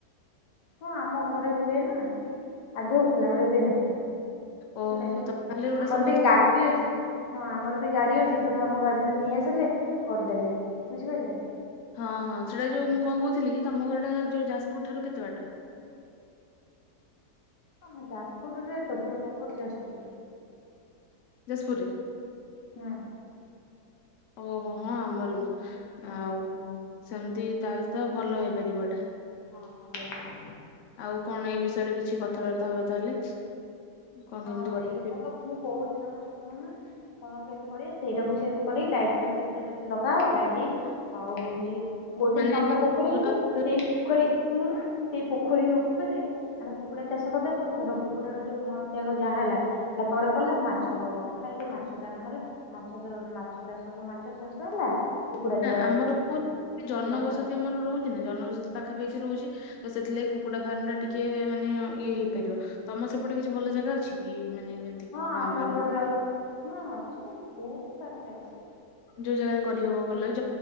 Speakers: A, on the left; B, on the left.
A: ହଁ ଆମ ଘରେ ହୁଏ ନା ଆଗେ ହଉଥିଲା ଆଉ ଏବେ ନାଇଁ।
B: ଓହୋ
A: ହେଲା କି
B: ତମେ ତାହେଲେ ଏଗୁଡା
A: ଆମର
B: ସବୁ
A: ବି
B: ବୁଝି
A: ଗାଡି ବି ଅଛି। ହଁ ଆମର ବି ଗାଡି ଅଛି ଧର ଆମ ଗାଡିରେ ନେଇ ଆସିଲେ କରିଦେଲେ ବୁଝିପାଇଲେନା।
B: ହଁ ହଁ ସେଟା ଯୋଉ ମୁଁ କଣ କହୁଥିଲି ତମ ଘରଟା ଯୋଉ ଯାଜପୁର ଠାରୁ କେତେ ବାଟ?
A: ହଁ ହଁ ଯାଜପୁର ରେ ତ ପୁରା ପପର୍ ଯାଜପୁରରେ।
B: ଯାସପୁରରେ
A: ହୁଁ
B: ଓହୋ! ହଁ ଆମର ବି ସ୍
A: ହୁଁ
B: ଆଉ କଁ ସେମତି ତା ହେଲେ ତ ଭଲ ହେଇପାରିବ ଏଟା।
A: ହଁ ହଁ ଭଲେଇକି କରିଆ।
B: ଆଉ କଣ? ଏ ବିଷୟରେ କିଛି କଥାବାର୍ତ୍ତା ହବା ତାହେଲେ। କଣ
A: ହଁ
B: କେମିତି
A: ସେଇ
B: କରିପାରିବା
A: କଥା ତ ମୁଁ କହୁଛି ତମେ କଣ ନା କଣ କେମତି କରିବା ସେଇଟାକୁ ସେମତି କରି ଲାଇଟ୍ ଫାଇଟ ଦି ଚାର୍ ଟା ଲଗାହବ ଲାଇଟି ଆଉ ହଉଛି ମୁଁ କହୁଥିଲି
B: ମାନେ
A: ତମର
B: ଭଲ
A: ତ ପୋଖରୀ ଅଛି
B: ଯୋଉ
A: ସେଇ ପୋଖରୀ ଶୁଣୁନା ସେଇ ପୋଖରୀ ଉପେରେ ଆମେ କୁକୁଡ଼ା ଚାଷ କରିଦେଲେ ଧର କୁକୁଡାର ଯୋଉ ମଳ ସେଗୁଆକ ଯାହା ହେଲା ସେଟା ତଳେ ପଡିଲା ମାଛ ଖାଇଲେ ମାଛ ଦାନା ହେଲା ମାଛ ମାଛ ଚାଷ କୁ ମାଛ ଚାଷ ହେଲା। କୁକୁଡ଼ା
B: ନା
A: ଚା
B: ଆମର କଣ ହଉଛି
A: କୁକୁଡ଼ା
B: ଜନବସତି
A: ଫାର୍ମ
B: ଆମର ରହୁଛି ନା ଜନବସତି ପାଖାପାଖି ରହୁଛି। ତ ସେଥିଲାଗି କୁକୁଡା ଫାର୍ମ ଟା ଟିକେ ମାନେ ଇଏ ହେଇପାରିବ। ତମ ସେପଟେ କିଛି ଭଲ ଜାଗା ଅଛି କି? ମାନେ ଯେମିତି କି
A: ହଁ ଆମ
B: ଫାର୍ମ
A: ଏପଟରେ ଅଛି ହଁ ଅଛି ବହୁତ। ସାରା ଜାଗା ଅଛି।
B: ଯୋଉ ଜାଗାରେ କରିହବ ଭଲ ଅଛି।